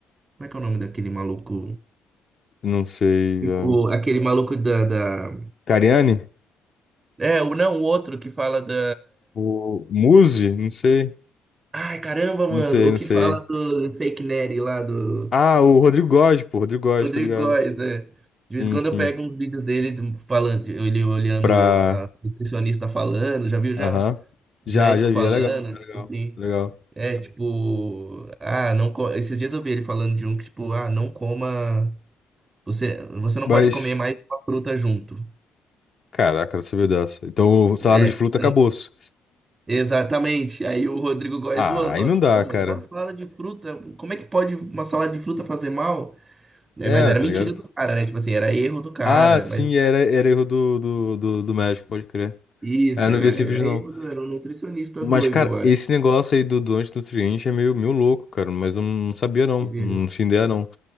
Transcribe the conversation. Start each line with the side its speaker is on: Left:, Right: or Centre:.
Right: Como é que é o nome daquele maluco?
Left: Não sei. ah,
Right: O, aquele maluco da, da-
Left: Cariani?
Right: É, o, não, o outro que fala da.
Left: O Muzi? Não sei.
Right: Ai, caramba, mano.
Left: Não sei,
Right: O
Left: não
Right: que
Left: sei.
Right: fala do Fake Nery lá do
Left: Ah, o Rodrigo Góes, pô. Rodrigo Góes,
Right: Rodrigo
Left: tá ligado?
Right: Góes, é. De vez
Left: Sim,
Right: em quando
Left: sim.
Right: eu pego uns vídeos dele do- falando, ele olhando
Left: Pra.
Right: a nutricionista falando, já viu já
Left: Aham. Já,
Right: o médico
Left: já vi.
Right: falando,
Left: É legal, é
Right: tipo
Left: legal,
Right: assim,
Left: é legal.
Right: é tipo, ah, não, co- esses dias eu vi ele falando de um que tipo, ah, não coma, você, você não
Left: Mas.
Right: pode comer mais uma fruta junto.
Left: Caraca, não sabia dessa. Então, o salada
Right: É,
Left: de fruta
Right: tipo, você
Left: acabou-se.
Right: não... Exatamente. Aí o Rodrigo Góes
Left: Ah,
Right: zoando,
Left: aí
Right: falando
Left: não
Right: assim,
Left: dá,
Right: não,
Left: cara.
Right: mas uma salada de fruta, como é que pode uma salada de fruta fazer mal? né?
Left: É,
Right: Mas era
Left: tá
Right: mentira
Left: ligado?
Right: do cara, né? Tipo assim, era erro do cara,
Left: Ah, sim,
Right: mas
Left: era, era erro do, do, do, do médico, pode crer.
Right: isso,
Left: É, eu
Right: era,
Left: não vi esse
Right: era
Left: vídeo, não.
Right: erro, do- era um nutricionista
Left: Mas,
Right: doido
Left: cara,
Right: lá.
Left: esse negócio aí do, do antinutriente é meio, meio louco, cara. Mas eu não sabia, não.
Right: entendeu?
Left: Não tinha ideia, não.